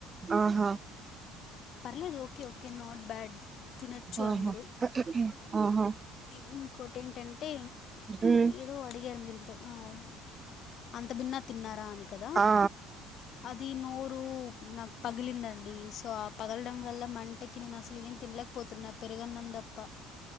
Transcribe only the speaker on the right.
ఆహా
ఆహా
ఆహా
ఉమ్
ఆ